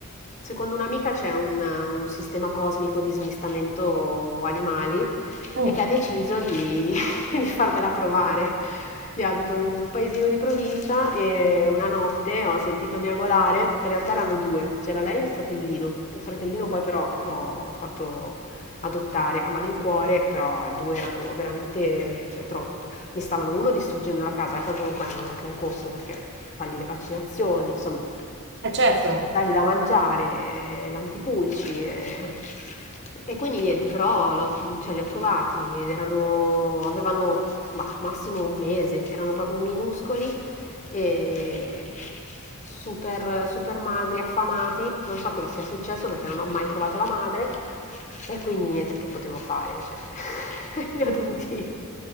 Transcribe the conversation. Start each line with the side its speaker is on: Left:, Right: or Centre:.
Left: secondo un'amica c'è un, un sistema cosmico di smistamento animali
Right: Mm,
Left: e che ha deciso di, <laughs> di farmela trovare. Io abito in un paesino di provincia e una notte ho sentito miagolare, in realtà erano due, c'era lei e il fratellino. Il fratellino poi però l'ho fatto adottare a malincuore, però due erano veramente, cioè, troppo. Mi stavano uno distruggendo la casa e poi comunque hanno anche un costo perché fargli le vaccinazioni, insomma,
Right: eh, certo.
Left: dargli da mangiare, eh, l'antipulci. eh. E quindi niente, però l'ho- cioè, li ho trovati ed erano, avevano ma, massimo un mese, erano proprio minuscoli e super, super magri, affamati, non so cosa sia successo perché non ho mai trovato la madre e quindi niente che potevo fare, cioè <laughs> li ho dovuti, <laughs>